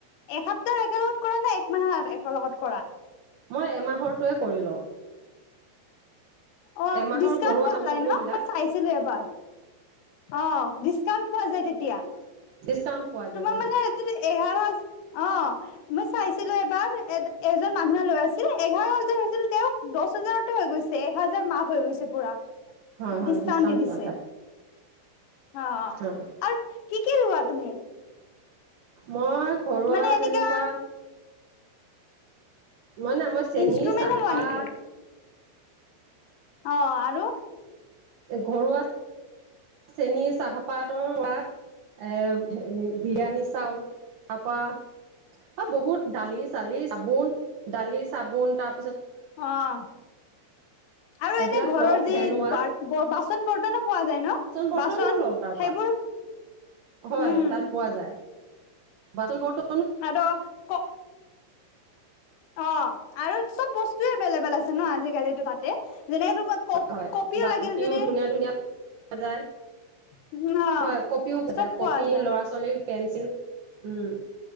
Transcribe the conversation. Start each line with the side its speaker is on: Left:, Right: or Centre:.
Left: এসপ্তাহ একেলগত কৰা না একমাহৰ একেলগত কৰা।
Right: মই এমাহৰটোৱে কৰি লওঁ।
Left: অ
Right: এমাহৰ
Left: ডিচকাউণ্ট
Right: ঘৰুৱা
Left: পোৱা
Right: সামগ্ৰীবিলাক
Left: যাই ন মই চাইছিলো এবাৰ। অ' ডিচকাউণ্ট পোৱা যায় তেতিয়া
Right: ডিকাউণ্ট পোৱা যায়
Left: তোমাৰ
Right: বহুত।
Left: মানে যদি এঘাৰ হাজাৰ অ' মই চাইছিলো এবাৰ এজন মানুহে ল আছিল এঘাৰ হাজাৰ হৈছিল তেওঁক দচ দহাজাৰ হৈ গৈছে এ হাজাৰ মাফ হৈ গৈছে পুৰা
Right: হয় হয়
Left: ডিচকাউন্ট
Right: ডিছকাউণ্ট
Left: দি দিছে
Right: পোৱা যায়
Left: অ'
Right: হয়
Left: আৰু কি কি লোৱা তুমি
Right: মই ঘৰুৱা
Left: মানে এনেকা
Right: যেনেকুৱা মই নাই চেনী
Left: ইনষ্ট্ৰুমেন্ট
Right: চাহপাত
Left: লোৱা নেকি অ 'আৰু
Right: ঘৰুয়া - চেনী চাহপাতৰ পৰা এ হে বিৰিয়ানী চাউল তাৰ পৰা বহুত দালি -চালি চাবোন দালি চাবোন তাৰ
Left: অ' আৰু
Right: এইবিলাক
Left: এনে ঘৰৰ
Right: লওঁ
Left: যি
Right: হেণ্ড ৱাছ
Left: বাচন বৰ্তনো পোৱা যায়।
Right: বৰ্তনো
Left: বাচন
Right: লওঁ তাৰ পৰা
Left: সেইবোৰ
Right: হয়
Left: উম
Right: তাত পোৱা যায় <unintelligible> বাচন বৰ্ত-
Left: হেল কো অ আৰু চব বস্তুে এভেইলেবল আছে ন আজিকালিো তাতে যেনে তোমাৰ ক
Right: হয়
Left: কপিও
Right: বাল্টিও
Left: লাগিল যদি
Right: ধুনীয়া
Left: <inaudible>
Right: ধুনীয়া পোৱা যায়
Left: অ
Right: হয় কপিও পজায়
Left: চব পোৱা
Right: কপি
Left: যায়
Right: ল'ৰা ছোৱালীৰ পেন্ঞ্চিল উম